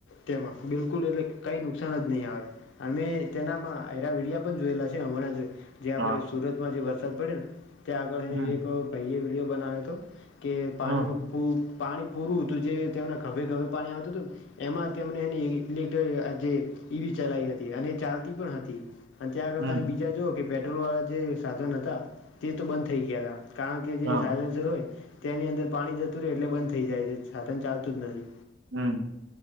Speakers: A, on the left; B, on the right.
A: તેમાં બિલકુલ એટલે કઈ નુકસાન જ નહીં આવે. અમે તેનામાં આય રયા વિડિયા પણ જોયેલા છે હમણાં જ જે
B: હા
A: આપણે સુરતમાં જે વરસાદ પડ્યો ને ત્યાં આગળ
B: હમ
A: એક ભઈએ વિડીયો બનાવ્યો તો. કે પાણીમાં
B: હમ
A: પૂક પાણી પૂરું હતું જે તેમના ખભે ખભે પાણી આવતું તું ને એમાં તેમને એની ઇલેક્ટ્રિક અ જે ઈવી ચલાઈ હત તી અને ચાલતી પણ હતી અને ત્યાં આગળ
B: હમ
A: તમે બીજા જુઓ કે પેટ્રોલવાળા જે સાધન હતા તે તો બંધ થઈ ગયા તા. કારણ કે જે
B: હા
A: સાયલેન્સર હોય તેની અંદર પાણી જતું રે એટલે બંધ થઈ જાય છે. સાધન ચાલતું જ નથી.
B: હમ